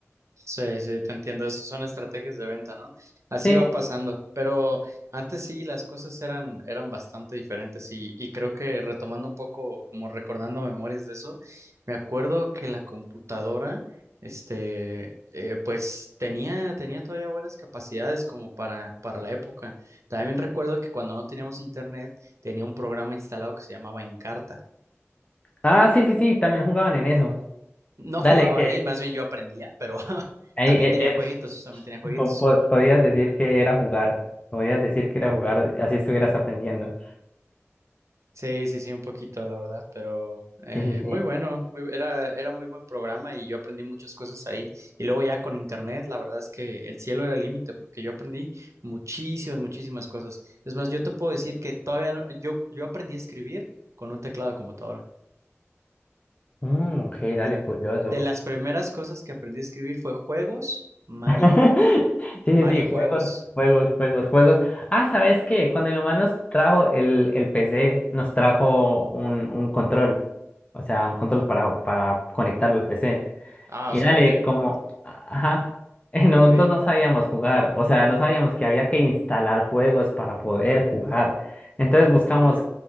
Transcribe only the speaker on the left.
Sí.
Ah, sí, sí, sí, también jugaban en eso.
Dale,
que
ahí
eh,
él-
po- po- podías decir que era jugar. Podías decir que era jugar, así estuvieras aprendiendo.
Sí, sí, sí.
Mm, ok, dale,
curioso.
<laughs> Sí, sí,
sí, juegos,
juegos, juegos, juegos. Ah, ¿sabes qué? Cuando mi mamá nos trajo el, el PC, nos trajo un, un control, o sea, un control para, para conectarlo al PC.
Y
dale,
como, ajá,
<laughs> nosotros
no sabíamos jugar, o sea, no sabíamos que había que instalar juegos para poder jugar. Entonces buscamos